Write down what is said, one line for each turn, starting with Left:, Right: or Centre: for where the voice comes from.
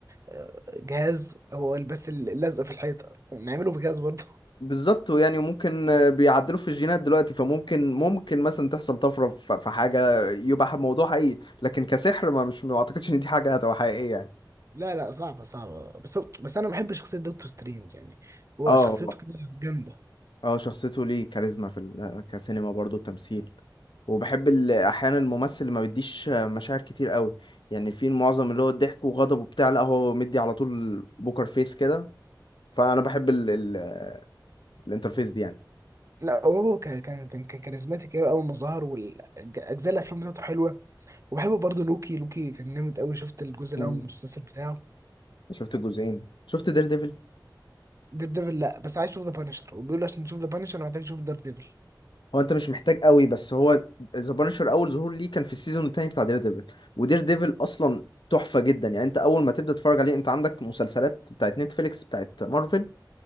Right: آه، جهاز هو بس اللزق في الحيطة نعمله بجهاز برضه
Left: بالظبط يعني ممكن بيعدلوا في الجينات دلوقتي فممكن ممكن مثلا تحصل طفره في في حاجه يبقى موضوع حقيقي لكن كسحر ما مش ما اعتقدش ان دي حاجه هتبقى حقيقيه يعني.
Right: لا لا صعبة صعبة بس هو- بس انا بحب شخصية دكتور سترينج يعني هو
Left: اه
Right: شخصيته كده جامدة
Left: اه شخصيته ليه كاريزما في ال- آه، كسينما برضه تمثيل وبحب ال- احيانا الممثل اللي ما بيديش مشاعر كتير قوي يعني في معظم اللي هو الضحك وغضب وبتاع لا هو مدي على طول بوكر فيس كده فانا بحب ال ال الانترفيس دي يعني
Right: لا هو ك- كان كان كان كاريزماتيك قوي اول ما ظهر والاجزاء الافلام بتاعته حلوة وبحب برضه لوكي لوكي كان جامد قوي شفت الجزء
Left: مم.
Right: الاول من المسلسل بتاعه
Left: شفت الجزئين شفت دير ديفل
Right: دير ديفل لا بس عايز اشوف ذا بانشر وبيقولوا عشان نشوف ذا بانشر محتاج نشوف دير ديفل
Left: هو انت مش محتاج قوي بس هو ذا بانشر اول ظهور ليه كان في السيزون التاني بتاع دير ديفل ودير ديفل اصلا تحفة جدا يعني انت اول ما تبدأ تتفرج عليه انت عندك مسلسلات بتاعت نتفليكس بتاعت مارفل